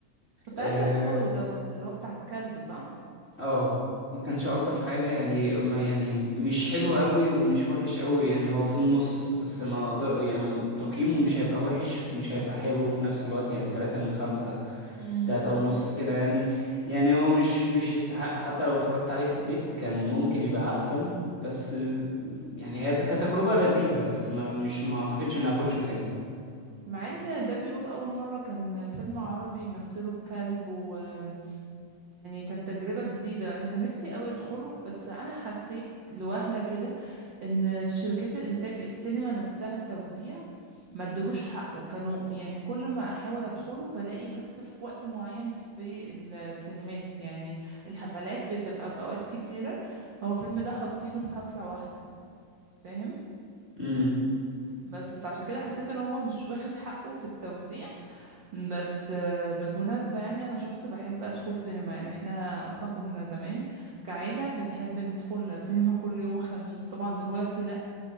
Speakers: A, on the right; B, on the left.
A: كنت
B: آه،
A: عايزة ادخله دوت اللي هو بتاع الكلب صح
B: اه ما كانش الطف حاجه يعني ما يعني مش حلو قوي ومش وحش قوي يعني هو في النص بس ما اقدر يعني تقييمه مش هيبقى وحش ومش هيبقى حلو في نفس الوقت يعني تلاتة من خمسة
A: امم
B: تلاتة ونص كده يعني يعني هو مش مش يستحق حتى لو اتفرجت عليه في البيت كان ممكن يبقى احسن بس يعني هي كتجربة لذيذة بس ما مش ما اعتقدش اني اخشه تاني
A: مع ان ده بيقولوا اول مرة كان فيلم عربي مثله بكلب ويعني كانت تجربة جديدة انا كان نفسي قوي ادخله بس انا حسيت لوهلة كده ان شركات الانتاج السينما نفسها التوزيع ما ادلوش حقه كانوا يعني كل ما احاول ادخله بلاقي بس في وقت معين في السينمات يعني الحفلات بتبقى باوقات كتيره هو الفيلم ده حاطينه في حفله واحده فاهم
B: امم
A: بس فعشان كده حسيت ان هو مش واخد حقه في التوزيع بس آه، بالمناسبة يعني أنا شخص بحب أدخل سينما يعني احنا أصلا كنا زمان كعيلة بنحب ندخل سينما <laughs> كل يوم خميس طبعا دلوقتي لأ